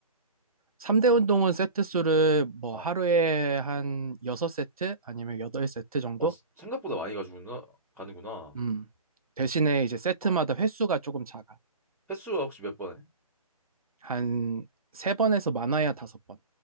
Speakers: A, on the right; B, in the centre.
A: 3대 운동은 세트 수를 뭐
B: 어.
A: 하루에 한 6세트 아니면 8세트 정도?
B: 어, 생각보다 많이 가지고나 가는구나.
A: 음. 대신에 이제 세트마다
B: 어.
A: 횟수가 조금 작아.
B: 횟수가 혹시 몇 번 해?
A: 한 세번에서 많아야 다섯 번